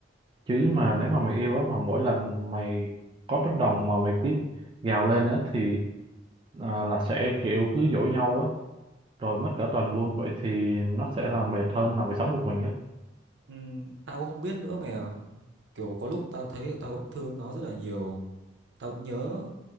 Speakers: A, on the right; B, on the right.
A: Chứ mà nếu mà mày yêu á, mà mỗi lần mày có bất đồng mà mày cứ gào lên á, thì à, là sẽ kiểu cứ dỗi nhau á, rồi mất cả tuần luôn. Vậy thì nó sẽ là mệt hơn là mày sống một mình á.
B: Ừm, Tao cũng không biết nữa mày ạ. Kiểu có lúc tao thấy là tao vẫn thương nó rất là nhiều. Tao vẫn nhớ